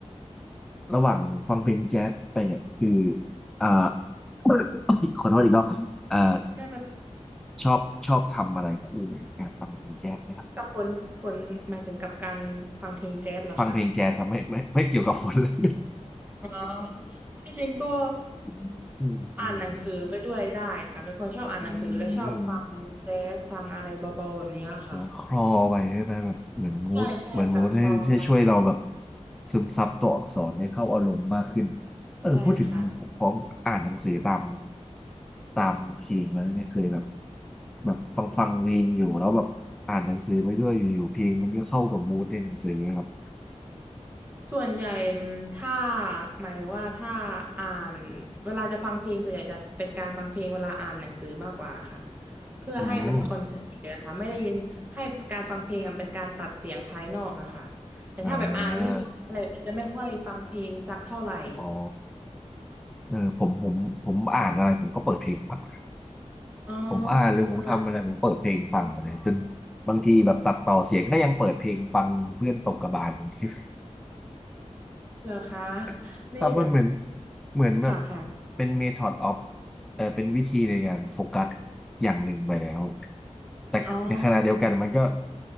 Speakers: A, in the centre; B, on the right.
A: ระหว่างฟังเพลงแจ๊สไปเนี่ยคืออ่า <coughs> ขอโทษอีกรอบเอ่อ
B: ได้แบบ
A: ชอบชอบทำอะไรคู่กับการฟังเพลงแจ๊สไหมครับ
B: กับฝนฝนหมายถึงกับการฟังเพลงแจ๊สเหรอคะ
A: ฟังเพลงแจ๊สทำไม่ไม่ไม่เกี่ยวกับฝนเลย
B: อ๋อที่จริงก็
A: <laughs> อืมอืม
B: อ่านหนังสือไปด้วยได้ค่ะเป็นคนชอบอ่านหนังสือและชอบฟังแจ๊สฟังอะไรเบาๆแบบเนี้ยค่ะ
A: อืม เหมือนคลอไปใช่ไหมแบบเหมือนมูดเหมือนมูดให้ให้ช่วยเราแบบ
B: ใช่ใช่ค่ะคลอไป
A: ซึมซับตัวอักษรให้เข้าอารมณ์มากขึ้นเออพูดถึงของอ่านหนังสือตาม
B: ใช่ค่ะ
A: ตามเพลงมาแล้วเนี่ยเคยแบบแบบฟังฟังเพลงอยู่แล้วแบบอ่านหนังสือไปด้วยอยู่ๆเพลงมันก็เข้ากับมูดในหนังสือเลยครับ
B: ส่วนใหญ่อืมถ้าหมายถึงว่าถ้าอ่านเวลาจะฟังเพลงส่วนใหญ่จะเป็นการฟังเพลงเวลาอ่านหนังสือมากกว่าค่ะเพื่อให้มันคอนเซนเทรตนะคะไม่ได้ยินให้การฟังเพลงอะเป็นการตัดเสียงภายนอกอะค่ะ
A: อืม
B: แต่ถ้าแบบอ่านนิยายอะไรแบบนี้จะไม่ค่อยฟังเพลงสักเท่าไหร่
A: อ่าอ๋อเออผมผมผมอ่านอะไรผมก็เปิดเพลงฟัง
B: อ๋อ
A: ผมอ่านหรือผมทำอะไรผมเปิดเพลงฟังมาเลยจน
B: เป็นคนแบบอ๋อ
A: บางทีแบบตัดต่อเสียงก็ยังเปิดเพลงฟังเพื่อนตกกระบาลบางที
B: เหรอคะ
A: <laughs>
B: นี่แบบ
A: แต่มันเหมือนเหมือนแบบ
B: ค่ะค่ะ
A: เป็น method of เออเป็นวิธีในการโฟกัสอย่างหนึ่งไปแล้วแต่ในขณะเดียวกันมันก็
B: อ๋อ